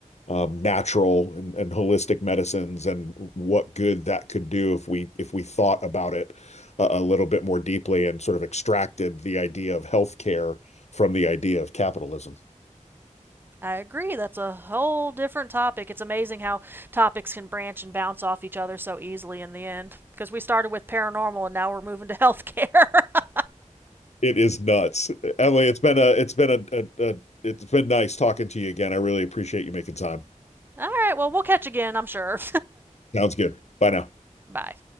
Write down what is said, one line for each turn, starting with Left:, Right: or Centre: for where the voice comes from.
Left: um, natural and, and holistic medicines and what good that could do if we if we thought about it a, a little bit more deeply and sort of extracted the idea of healthcare from the idea of capitalism.
Right: I agree. That's a whole different topic. It's amazing how topics can branch and bounce off each other so easily in the end. Because we started with paranormal and now we're moving to healthcare. <laughs>
Left: It is nuts. Emily, it's been a it's been a, a, a it's been nice talking to you again. I really appreciate you making time.
Right: All right, well, we'll catch again, I'm sure.
Left: Sounds good. Bye now.
Right: <laughs> Bye.